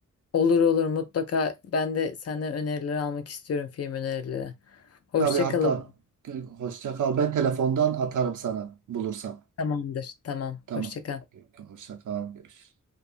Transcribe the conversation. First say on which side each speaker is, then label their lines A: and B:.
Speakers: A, on the left (about 50°); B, on the right (about 75°).
A: Olur olur mutlaka ben de senden öneriler almak istiyorum film önerileri. Hoşça
B: Tabii hatta
A: kalın.
B: e, hoşça kal. Ben telefondan atarım sana bulursam.
A: Tamamdır. Tamam.
B: Tamam.
A: Hoşça kal.
B: Hoşça kal. Görüşürüz.